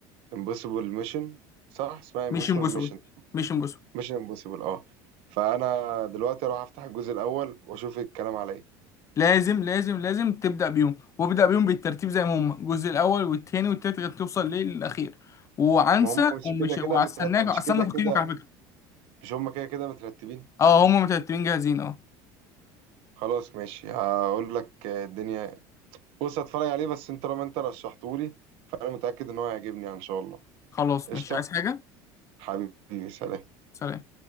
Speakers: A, on the right (about 70°); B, on the left (about 30°).
A: Impossible Mission صح اسمها
B: مش
A: Impossible
B: امبوسول
A: Mission
B: مش امبوسول
A: مش امبوسيبل اه فانا دلوقتي اروح افتح الجزء الاول واشوف الكلام على ايه
B: لازم لازم لازم تبدأ بيهم وابدأ بيهم بالترتيب زي ما هم الجزء الأول والتاني والتالت لغاية توصل ليه للأخير وعنسى
A: ما هم مش
B: ومش
A: كده كده
B: وهستناك
A: مترت... مش
B: هستنى
A: كده
B: تقييمك
A: كده
B: على فكرة
A: مش هم كده كده مترتبين
B: اه هم مترتبين جاهزين اه
A: خلاص ماشي هقول لك آه، الدنيا بص هتفرج عليه بس انت طالما انت رشحتهولي فانا متاكد ان هو هيعجبني يعني ان شاء الله
B: خلاص
A: قشطه
B: مش عايز حاجة
A: حبيبي سلام
B: سلام